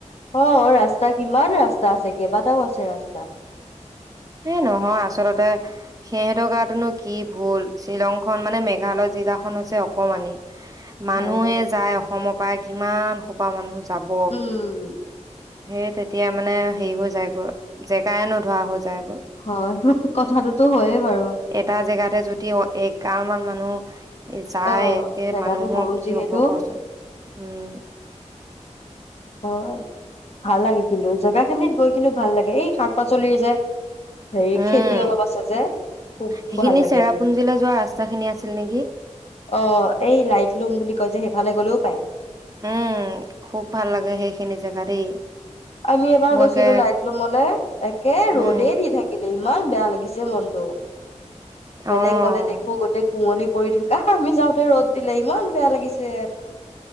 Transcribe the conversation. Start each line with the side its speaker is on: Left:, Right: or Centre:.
Left: অ ৰাস্তা কিমান ৰাস্তা আছে কেইবাটাও আছে ৰাস্তা
Right: এ নহয় আচলতে সিহঁতৰ গাটনো কি ভোল শ্বিলং খন
Left: উম
Right: মানে মেঘালয় জিলা সেই খন হৈছে অকণমানি মানুহে
Left: হয় দে
Right: যায় অসমত পাই কিমান সোপা মানুহ যাব
Left: উম
Right: সেই তেতিয়া মানে হেৰি হৈ যায় গৈ জেগাই নধৱা হ'ল যায় ক
Left: হয় কথাটোতো হয়ে বাৰু
Right: এটা জেগাতে যদি একগাল মান মানুহ এ যায়
Left: অ
Right: এতিয়া
Left: জেগাটো
Right: মানুহৰ
Left: সৰু
Right: কি
Left: যিহেতু
Right: হ'ব কচোন উম
Left: অ ভাল লাগে কিন্তু জেগা খিনিত গৈ কিন্তু ভাল লাগে এই শাক পাচলি যে হেৰি
Right: উম
Left: খেতি অলপ আছে যে খুব
Right: সেইখিনি
Left: ভাল লাগে
Right: চেৰাপুঞ্জীলৈ
Left: মানে
Right: যোৱা ৰাস্তা খিনি আছিল নেকি
Left: অ এই লাইট লুম বুলি কয় যে সেইফালে গলেও পায়
Right: উম খুব ভাল লাগে সেইখিনি জেগা দেই
Left: আমি এবাৰ
Right: মই
Left: গৈছিলোঁ
Right: একে
Left: লাইট ৰুমলে একে
Right: উম,
Left: ৰ'দেই দি থাকিলে ইমান বেয়া লাগিছে মনটো
Right: অ',
Left: বেলেগ গ'লে দেখো গোটেই কুঁৱলী পৰি থাকা আমি যাওঁতে ৰ'দ দিলে ইমান বেয়া লাগিছে